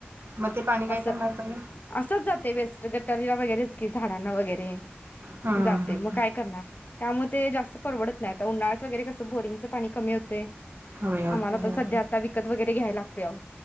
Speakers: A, on the right; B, on the left.
A: मग ते पाणी काय
B: असं
A: करणार तुम्ही?
B: असंच जाते वेस्ट गटारीला वगैरेच की झाडांना वगैरे.
A: हम्म
B: जाते
A: हम्म
B: मग
A: हम्म.
B: काय करणार त्यामध्ये ते जास्त परवडत नाही आता उन्हाळ्यात वगैरे कसं बोरिंगचं पाणी कमी होते.
A: कमी होते
B: आम्हाला पण
A: हा.
B: सध्या आता विकत वगैरे घ्यायला लागते